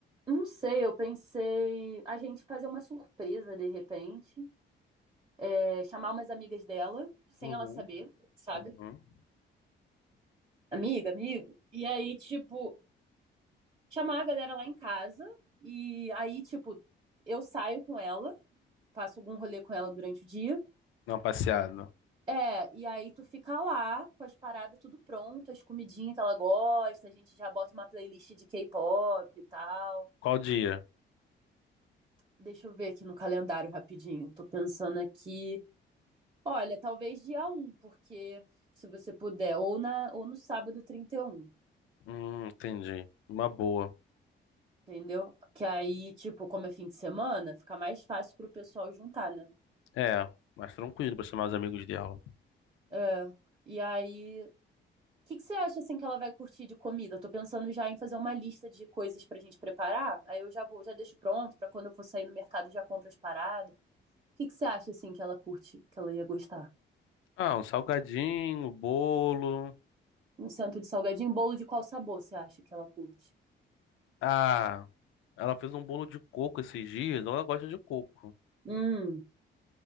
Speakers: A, on the right; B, on the left.
A: não sei, eu pensei a gente fazer uma surpresa de repente, é, chamar umas amigas dela, sem
B: Uhum.
A: ela saber, sabe?
B: Uhum.
A: Amiga, amigo. E aí, tipo, chamar a galera lá em casa, e aí, tipo, eu saio com ela, faço algum rolê com ela durante o dia.
B: Não, passeado.
A: É, e aí tu fica lá com as paradas tudo pronto, as comidinhas que ela gosta, a gente já bota uma playlist de K-pop e tal.
B: Qual dia?
A: Deixa eu ver aqui no calendário rapidinho. Tô pensando aqui. Olha, talvez dia um, porque se você puder, ou, na, ou no sábado 31,
B: Hum, entendi. Uma boa.
A: entendeu? Que aí, tipo, como é fim de semana, fica mais fácil pro pessoal juntar, né?
B: É, mais tranquilo pra chamar os amigos dela.
A: É, e aí, o que que você acha, assim, que ela vai curtir de comida? Eu tô pensando já em fazer uma lista de coisas pra gente preparar, aí eu já vou, já deixo pronto pra quando eu for sair no mercado já compro as paradas. O que que você acha, assim, que ela curte, que ela ia gostar?
B: Ah, um salgadinho, um bolo.
A: Um centro de salgadinho, bolo de qual sabor você acha que ela curte?
B: Ah, ela fez um bolo de coco esses dias. Ela gosta de coco,
A: Hum,